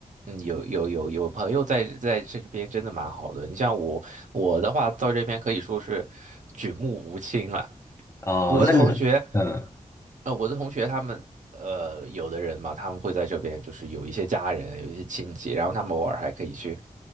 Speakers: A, on the right; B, on the left.
A: 嗯，有有有有朋友在在这边真的蛮好的。你像我我的话，到这边可以说是举目无亲了。
B: 哦，
A: 我的同学。
B: 那你，嗯
A: 呃，我的同学他们，呃，有的人嘛，他们会在这边，就是有一些家人，有一些亲戚，然后他们偶尔还可以去